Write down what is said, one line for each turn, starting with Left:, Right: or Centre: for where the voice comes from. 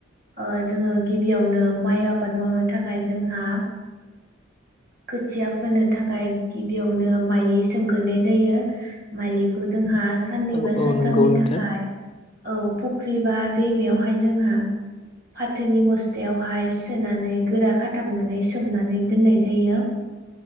Right: ओ जोङो गिबियावनो माइ आबाद मावनो थाखाय जोंहा खोथिया फोनो थाखाय गिबियावनो माइलि सोमग्रोनाय जायो। माइलिखौ जोंहा साननै
Left: औ
Right: बा
Left: औ
Right: सानथामनि
Left: नंगौ नोंथां
Right: थाखाय औ फुख्रि बा दैमायावहाय जोंहा फाथोनि बस्थायावहाय सोनानै गोरा खाथामनानै सोमनानै दोननाय जा यो।